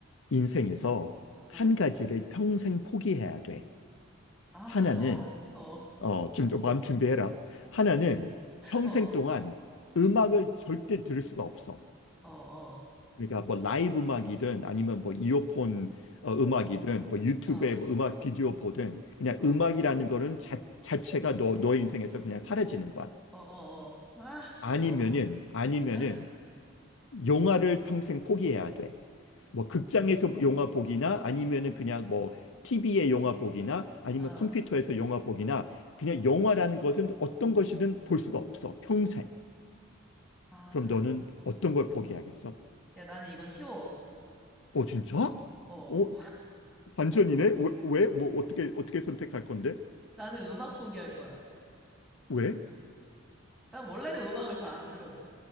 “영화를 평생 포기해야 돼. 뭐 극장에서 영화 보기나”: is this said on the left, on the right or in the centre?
Left